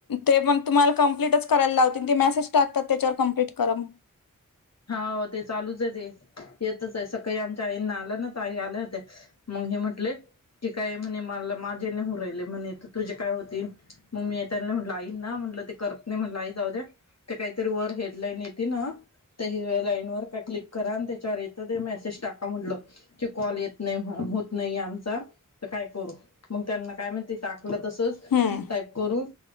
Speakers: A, on the left; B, on the left.
A: ते पण तुम्हाल कम्प्लिटच करायल लावतील ते मॅस सेज टाकतात त्याच्यावर कम्प्लीट करा म्हणून-
B: हाव ते चालूच आहे ते येतच आहे सकाळी आमच्या आईंना आलं ना तर आई आल्या होत्या मग हे म्हटले- ते काय म्हणे मला माझे ने हु राहिले- म्हणे त तुझे काय होतील म मी त्यां म्हटल आईंना म्हटलं ते करत नाही म्हणलं आई जाऊद्या ते काहीतरी वर हेडलाईन येती ना- त्या हिरव्या लाईन वर काय क्लिक करा आणि त्याच्यावर येत ते मेसेज टाका म्हटलं की कॉल येत नाही होत नाही आमचा तर काय करू मग त्यांना काय म्हणती टा- म्हटलं तसंच
A: हम्म
B: टाईप करून-